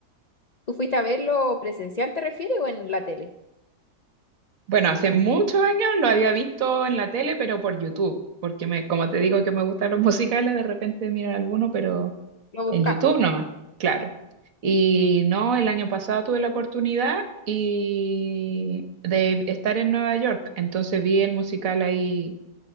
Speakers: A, on the left; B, on the right.
A: ¿Tú fuiste a verlo presencial, te refieres, o en la tele?
B: Bueno, hace muchos años lo había visto en la tele, pero por YouTube, porque me, como te digo que me gustan los <laughs> musicales, de repente mirar alguno, pero...
A: ¿Lo buscaste?
B: En YouTube nomás, claro. Y no, el año pasado tuve la oportunidad y de estar en Nueva York, entonces vi el musical ahí